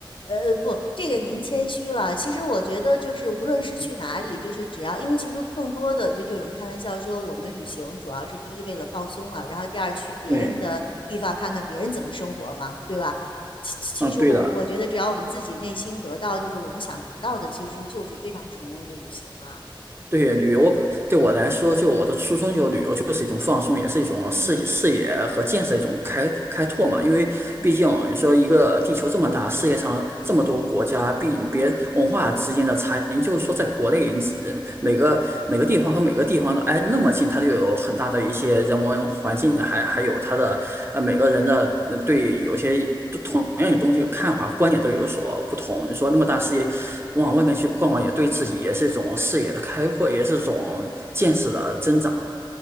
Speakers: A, on the left (about 75°); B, on the right (about 30°).
A: 呃不，这个您谦虚了。其实我觉得就是无论是去哪里，
B: 嗯，
A: 就是只要因为其实更多的就就有人开玩笑说，我们旅行主要是第一为了放松嘛，然后第二去别人的地方看看别人怎么生活嘛，
B: 对，
A: 对吧？其其实我我觉得只要我们自己内心得到就是我们想得到的，
B: 嗯，对的。
A: 其实就是非常成功的旅行了。
B: 对旅游对我来说，就我的初衷，就旅游就是一种放松，也是一种视视野和见识的一种开开拓嘛。
A: 嗯
B: 因为毕竟你说一个地球这么大，
A: 嗯
B: 世界上这么多国家，毕别文化之间的差异，就是说在国内，你只每个每个地方和每个。每个地方的挨那么近，它就有很大的一些人文环境，还还有它的呃每个人的呃对有些同样的东西看法观点都有所不同。你说那么大视野往外面去逛逛，
A: 嗯。
B: 也对自己也是一种视野的开阔，也是一种见识的增长。